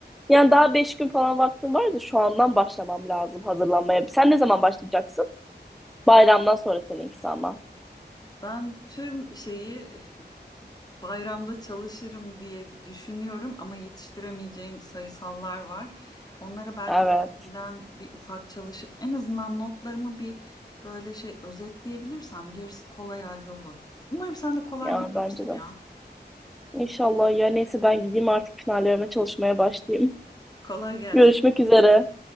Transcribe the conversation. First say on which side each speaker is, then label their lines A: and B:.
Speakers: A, in the centre; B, on the left.
A: Yani daha 5 gün falan vaktim var da şu andan başlamam lazım hazırlanmaya. Sen ne zaman başlayacaksın? Bayramdan sonra seninkisi ama.
B: Ben tüm şeyi bayramda çalışırım diye düşünüyorum ama yetiştiremeyeceğim sayısallar var. Onlara belki
A: Evet.
B: benden bir ufak çalışıp en azından notlarımı bir böyle şey özetleyebilirsem gerisi kolay hallolur. Umarım sen de kolay
A: Ya
B: geçersin
A: bence de.
B: ya.
A: İnşallah ya neyse ben gideyim artık finallerime çalışmaya başlayayım.
B: Kolay gelsin.
A: Görüşmek üzere.